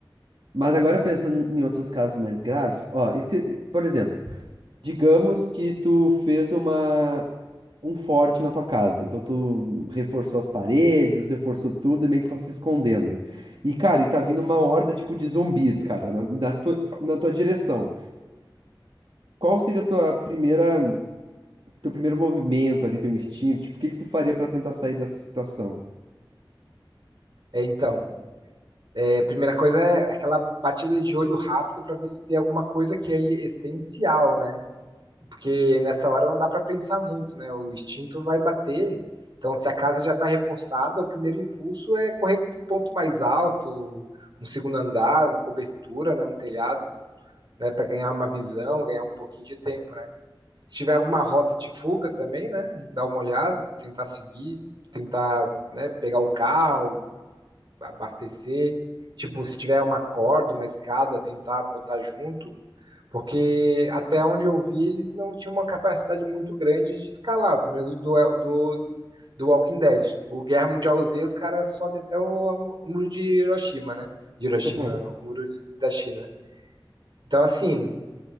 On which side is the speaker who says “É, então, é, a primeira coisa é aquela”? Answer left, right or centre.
Right